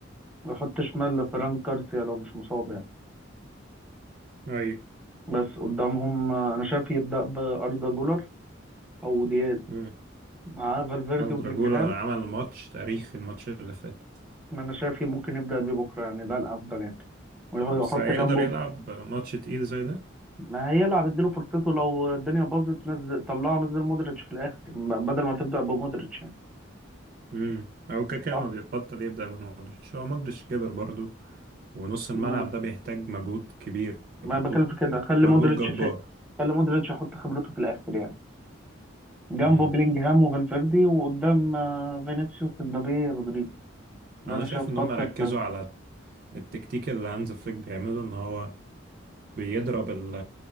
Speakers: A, in the centre; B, on the right (about 45°).
A: ويحط شمال فران كارسيا لو مش مصاب يعني
B: أيوة
A: بس قدامهم آه، انا شايف يبدا باردا جولر او دياز
B: امم
A: مع فالفيردي
B: الدراجولا
A: وبلينجهام
B: عمل ماتش تاريخي الماتش اللي فات
A: ما انا شايف ممكن يبدا بيه بكره يعني ده الافضل يعني ويحط
B: بس هيقدر
A: جنبه
B: يلعب ماتش تقيل زي ده
A: ما هيلعب اديله فرصته لو الدنيا باظت نزل طلعه نزل مودريتش في الاخر ب- بدل ما تبدا بمودريتش يعني
B: امم أو كاكا
A: صح؟
B: ما بيبطل يبدأ بمودريتش هو مودريتش كبر برضو ونص الملعب
A: مم.
B: ده بيحتاج مجهود كبير محتاج
A: ما بكلم في كده خلي
B: مجهود
A: مودريتش
B: جبار
A: في خلي مودريتش يحط خبرته في الاخر يعني جنبه
B: امم
A: بيلينجهام وفالفيردي وقدام آه، فينيسيوس امبابي رودريجو ده
B: انا
A: انا
B: شايف
A: شايف
B: ان
A: خط
B: هم ركزوا
A: الت-
B: على التكتيك اللي هانز فليك بيعمله ان هو بيضرب ال-